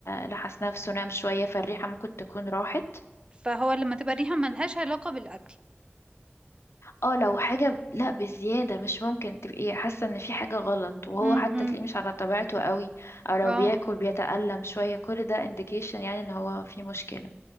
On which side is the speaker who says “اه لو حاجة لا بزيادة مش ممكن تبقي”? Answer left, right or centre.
Left